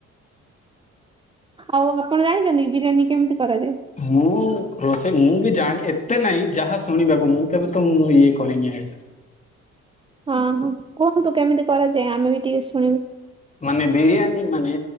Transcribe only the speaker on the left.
ମୁଁ ରୋଷେଇ ମୁଁ ବି ଜାଣି ଏତେ ନାହିଁ ଯାହା ଶୁଣିବାକୁ ମୁଁ କେବେ ତ ଇଏ କରିନି ଆ
ମାନେ ବିରିୟାନୀ ମାନେ